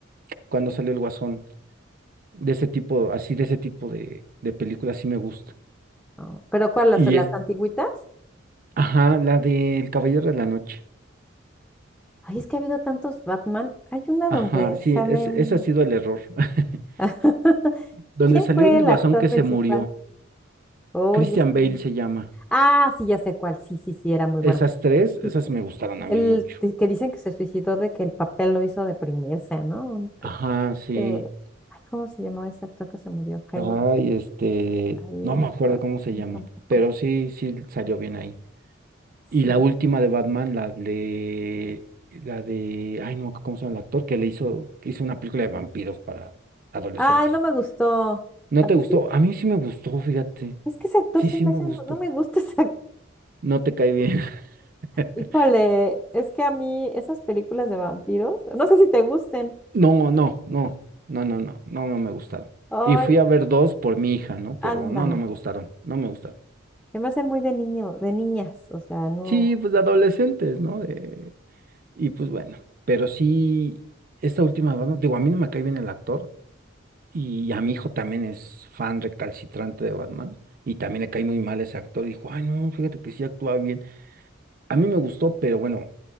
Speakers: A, on the right; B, in the centre.
A: Cuando salió El Guasón, de ese tipo, así de ese tipo de, de películas, sí me gusta.
B: No, ¿Pero cuál? ¿Las,
A: Y
B: las
A: es,
B: antigüitas?
A: ajá, la del Caballero de la Noche.
B: Ay, es que ha habido tantos Batman. Hay una
A: Ajá,
B: donde
A: sí,
B: sale
A: es,
B: un...
A: ese ha sido el error. <laughs>
B: <laughs>
A: Donde
B: ¿Quién
A: salió
B: fue
A: el
B: el
A: Guasón
B: actor
A: que
B: principal?
A: se murió.
B: Oye,
A: Christian
B: es que-
A: Bale
B: no.
A: se llama.
B: Ah, sí, ya sé cuál. Sí, sí, sí, era muy
A: Esas
B: bueno.
A: tres, esas
B: Sí,
A: me gustaron a
B: El
A: mí mucho.
B: di- que dicen que se suicidó de que el papel lo hizo deprimirse, ¿no? Un pe-
A: Ajá, sí.
B: eh, Ay, ¿cómo se llamaba ese actor que se murió? Hey,
A: Ay, este,
B: ahí
A: no me
B: no
A: acuerdo
B: puedo-
A: cómo se
B: no,
A: llama,
B: tampoco.
A: pero sí, sí salió bien ahí.
B: Sí.
A: Y la última de Batman, la de, la de, ay, no, me acuerdo ¿cómo se llama el actor? Que le hizo, que hizo una película de vampiros para adolescentes.
B: Ay, no me gustó.
A: ¿No
B: ¿A
A: te
B: que
A: gustó?
B: sí?
A: A mí sí me gustó, fíjate.
B: Es que ese actor
A: Sí,
B: se
A: sí
B: me
A: me
B: hace,
A: gustó.
B: no, no me gusta ese
A: No te cae bien. <laughs>
B: Híjole, es que a mí esas películas de vampiros, no sé si te gusten.
A: No, no, no, no, no, no, no, no me gustaron.
B: Ay,
A: Y fui a ver dos por mi hija, ¿no? Pero
B: ándale.
A: no, no me gustaron, no me gustaron.
B: Se me hacen muy de niño, de niñas. O sea, no.
A: Sí, pues de adolescentes, ¿no? De... Y pues bueno, pero sí, esta última de Batman, digo, a mí no me cae bien el actor y a mi hijo también es fan recalcitrante de Batman y también le cae muy mal ese actor y dijo, ay, no, fíjate que sí actúa bien. A mí me gustó, pero bueno,